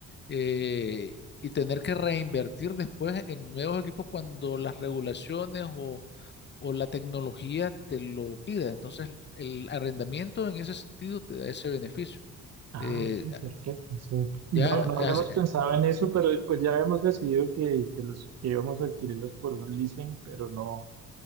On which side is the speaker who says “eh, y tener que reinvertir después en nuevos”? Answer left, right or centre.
Left